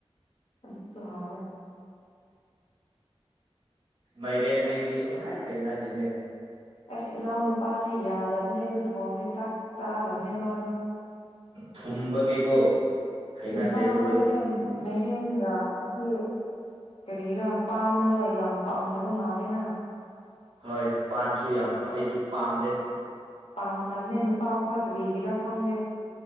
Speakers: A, on the left (about 75°); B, on the right (about 60°).
A: ꯑꯗꯨꯁꯨ ꯍꯥꯎꯋꯦ
B: ꯃꯩꯔꯦꯟ ꯑꯩꯗꯤ ꯁꯨꯡꯍꯩ ꯍꯩꯅꯗꯦꯅꯦ
A: ꯑꯁ ꯏꯅꯥꯎ ꯅꯨꯄꯥꯁꯦ ꯌꯥꯗꯕꯅꯦ ꯑꯗꯨ ꯊꯣꯡꯔꯗꯤ ꯆꯥꯛ ꯆꯥꯗꯕꯅꯦ ꯃꯥꯗꯣ
B: ꯊꯨꯝꯕꯒꯤꯀꯣ ꯍꯩꯅꯗꯦ
A: ꯅꯨꯄꯥ
B: ꯑꯗꯨꯗꯣ
A: ꯈꯣꯏꯁꯦ ꯃꯩꯔꯦꯟꯒ ꯑꯁꯤ ꯀꯔꯤꯔꯥ ꯄꯥꯟꯗꯣ ꯌꯥꯝ ꯄꯥꯝꯗꯕ ꯃꯥꯜꯂꯦꯅ
B: ꯍꯣꯏ ꯄꯥꯟꯁꯨ ꯌꯥꯝ ꯑꯩꯁꯨ ꯄꯥꯝꯗꯦ
A: ꯄꯥꯝꯗꯝꯕꯅꯦ ꯅꯨꯄꯥꯈꯣꯏ ꯀꯔꯤꯒꯤꯔꯥ ꯈꯪꯗꯦ